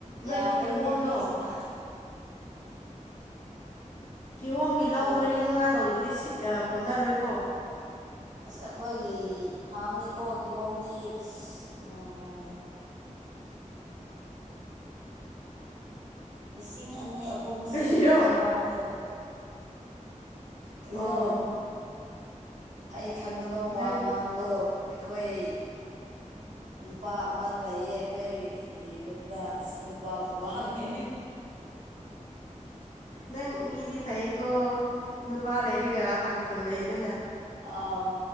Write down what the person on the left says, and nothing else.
ꯅꯣꯏ
ꯀꯤꯍꯣꯝꯗꯣ
ꯀꯤꯍꯣꯝꯒꯤ ꯂꯧ
ꯃꯔꯤ ꯃꯉꯥ ꯇꯧꯗ꯭ꯔꯗꯤꯠ ꯀꯣꯟꯅꯔꯣꯏꯀꯣ
ꯀꯔꯤꯔꯣ
ꯑꯣ
ꯅꯪ
ꯅꯪ ꯃꯤꯗꯤ ꯐꯩꯌꯦꯀꯣ ꯅꯨꯄꯥ ꯂꯩꯔꯒ ꯍꯪꯐꯝ ꯂꯩꯗꯅ